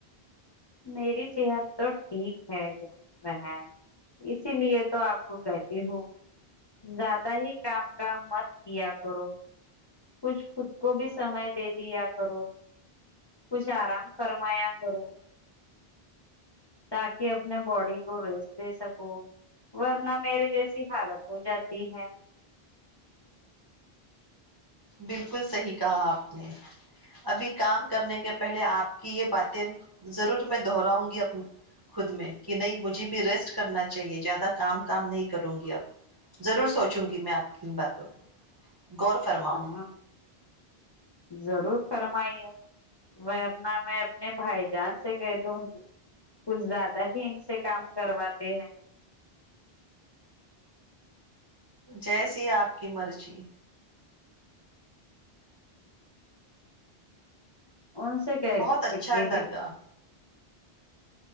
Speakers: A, on the left (about 40°); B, on the right (about 40°).
A: میری صحت تو ٹھیک ہے بہن اسی لیے تو آپ کو کہتی ہوں زیادہ ہی کام کام مت کیا کرو کچھ خود کو بھی سمے دے دیا کرو کچھ آرام فرمایا کرو تاکہ اپنے باڈی کو ریسٹ دے سکو ورنہ میرے جیسی حالت ہو جاتی ہے
B: بالکل صحیح کہا آپ نے ابھی کام کرنے کے پہلے آپ کی یہ باتیں ضرور میں دہراؤں گی خود میں کہ نہیں مجھے بھی ریسٹ کرنا چاہیے زیادہ کام کام نہیں کروں گی اب ضرور سوچوں گی میں آپ کی ان باتوں کو گغور فرماؤں
A: ہاں ضرورور فرمائیے ورنہ میں اپنے بھائی جان سے کہہ دوں گی کچھ زیادہ ہی ان سے کام کرواتے ہیں
B: جیسی آپ کی مرضی
A: ان سے کیا
B: بہت اچھا
A: پ
B: لگا